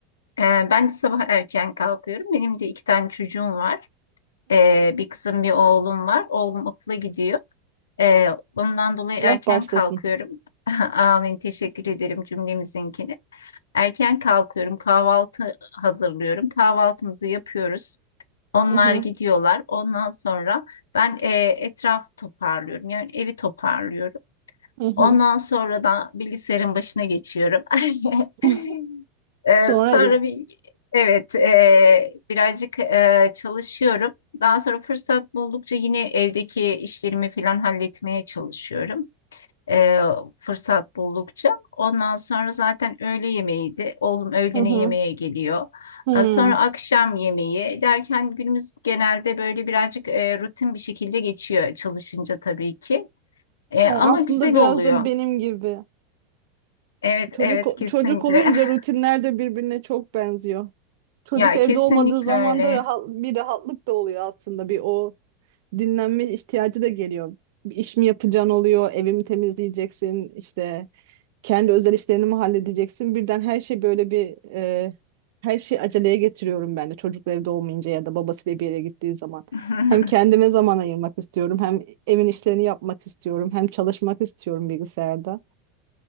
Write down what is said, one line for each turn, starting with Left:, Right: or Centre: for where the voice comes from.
Left: Ee, Ben de sabah erken kalkıyorum. Benim de iki tane çocuğum var. Ee, bir kızım, bir oğlum var. Oğlum okula gidiyor. Ee, ondan dolayı
Right: Allah
Left: erken
Right: başlasın.
Left: kalkıyorum. <laughs> Amin, teşekkür ederim cümlemizinkini. Erken kalkıyorum, kahvaltı hazırlıyorum. Kahvaltımızı yapıyoruz. Onlar
Right: Hı hı,
Left: gidiyorlar. Ondan sonra ben e, etraf toparlıyorum. Yani evi toparlıyorum.
Right: hı hı.
Left: Ondan sonra da bilgisayarın başına geçiyorum. <laughs>
Right: <laughs>
Left: Ee,
Right: Sonra
Left: sonra
Right: e,
Left: bir evet e, birazcık e, çalışıyorum. Daha sonra fırsat buldukça yine evdeki işlerimi falan halletmeye çalışıyorum. Ee, fırsat buldukça. Ondan sonra zaten öğle yemeğiydi. Oğlum öğlene
Right: hı hı,
Left: yemeğe geliyor.
Right: hı.
Left: Ee, Sonra akşam yemeği derken günümüz genelde böyle birazcık e, rutin bir şekilde geçiyor çalışınca tabii ki. E,
Right: Ay,
Left: ama
Right: aslında
Left: güzel
Right: biraz
Left: oluyor.
Right: da benim gibi.
Left: Evet,
Right: Çocuk
Left: evet kesinlikle.
Right: çocuk olunca
Left: <laughs>
Right: rutinler de birbirine çok benziyor. Çocuk
Left: Ya
Right: evde
Left: kesinlikle
Right: olmadığı zaman
Left: öyle.
Right: da rahat, bir rahatlık da oluyor aslında. Bir o dinlenme ihtiyacı da geliyor. Bir iş mi yapacaksın oluyor, evimi temizleyeceksin işte kendi özel işlerini mi halledeceksin? Birden her şey böyle bir e, her şey aceleye getiriyorum ben de çocukla evde olmayınca ya da babasıyla bir yere gittiği zaman.
Left: <laughs>
Right: Hem kendime zaman ayırmak istiyorum, hem evin işlerini yapmak istiyorum, hem çalışmak istiyorum bilgisayarda.